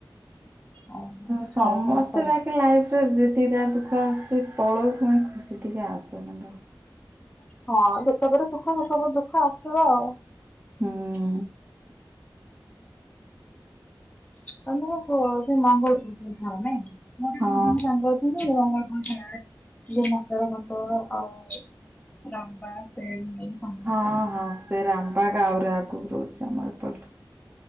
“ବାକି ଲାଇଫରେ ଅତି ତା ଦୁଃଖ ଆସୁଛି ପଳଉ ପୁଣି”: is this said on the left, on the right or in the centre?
Right